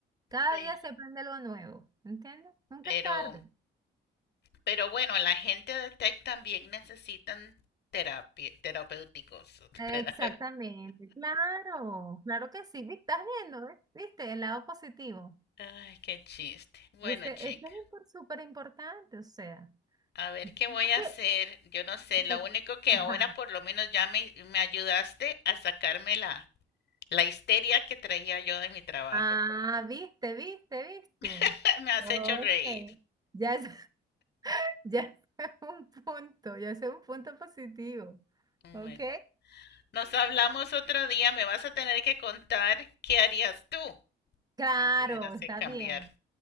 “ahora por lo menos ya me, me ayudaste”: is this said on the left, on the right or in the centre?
Left